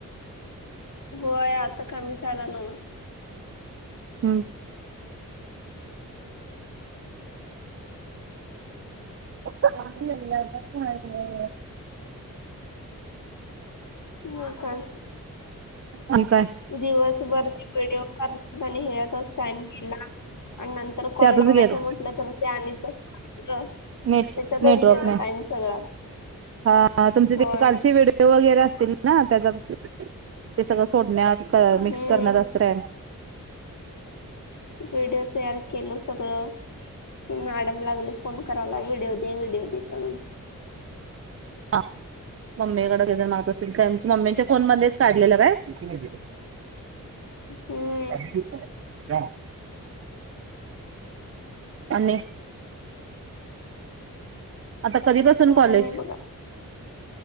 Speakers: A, on the left; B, on the right.
A: होय आता कमी झाला नव्ह.
B: हम्म. हां <unintelligible>
A: म काय
B: आणि काय
A: दिवसभर व्हिडिओ कर आणि हेच्यातच टाइम गेला. आणि नंतर कॉल
B: त्यातच
A: लावायचं
B: गेलं
A: म्हटलं तर ते आणि तसं
B: नेट
A: त्याच्यातच
B: नेटवर्क
A: गेलं
B: नाही.
A: टाइम सगळा
B: हां तुमचे
A: होय
B: ते कालचे व्हिडीओ वगैरे असतील. ना त्याचात ते सगळं सोडण्यात
A: हम्म
B: मिक्स करण्यात असत काय.
A: व्हिडिओ तयार केलो सगळं मॅडम लागली फोन करायला व्हिडिओ दे व्हिडिओ दे करून.
B: हां मम्मीकड ते जण मागत असतील कार मम्मींच्या फोन मध्येच काढलेलं काय?
A: हम्म
B: <unintelligible> आणि. आता कधीपासून
A: काय
B: कॉलेज?
A: नाही बघा